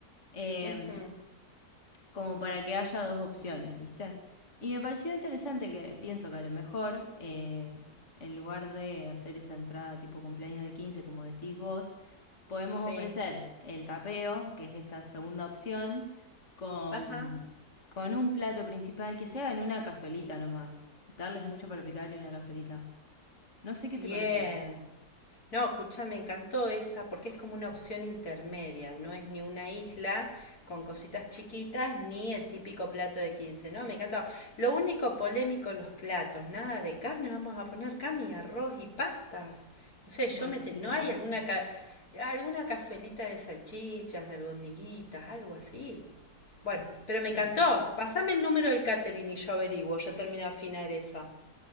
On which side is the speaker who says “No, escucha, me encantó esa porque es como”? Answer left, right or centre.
Left